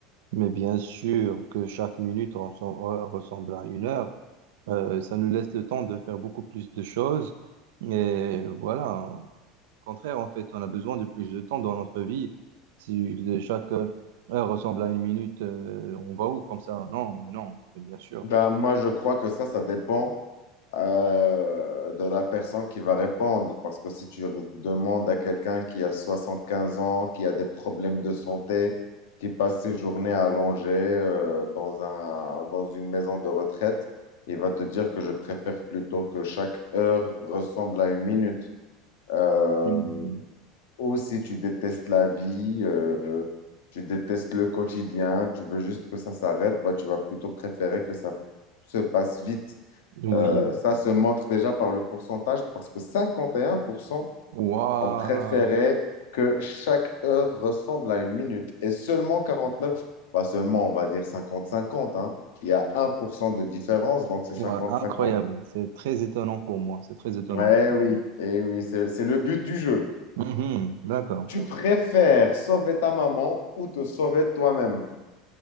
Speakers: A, on the right (about 75°); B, on the left (about 75°).
A: Mais bien sûr que chaque minute ressemble, ressemble à une heure. Euh, ça nous laisse le temps de faire beaucoup plus de choses. Et voilà, au contraire, en fait, on a besoin de plus de temps dans notre vie. Si de chaque euh, heure ressemble à une minute, euh, on va où comme ça? Non, mais non, mais bien sûr.
B: Ben, moi, je crois que ça, ça dépend euh, de la personne qui va répondre. Parce que si tu re- demandes à quelqu'un qui a 75 ans, qui a des problèmes de santé, qui passe ses journées allongées euh, dans un, dans une maison de retraite, il va te dire que je préfère plutôt que chaque heure ressemble à une minute. Euh,
A: Mhm.
B: ou si tu détestes la vie, euh, tu détestes le quotidien, tu veux juste que ça s'arrête, bah, tu vas plutôt préférer que ça se passe vite.
A: Oui.
B: Euh, ça se montre déjà par le pourcentage parce que 51%
A: Waouh!
B: ont préféré que chaque heure ressemble à une minute et seulement 49, pas seulement on va dire 50-50, hein. Il y a 1% de différence, donc c'est 50-50.
A: Waouh, incroyable. C'est très étonnant pour moi. C'est très étonnant.
B: Eh
A: Ok.
B: oui, eh oui, c'est c'est le but du jeu.
A: Mhm, D'accord.
B: Tu préfères sauver ta maman ou te sauver toi-même?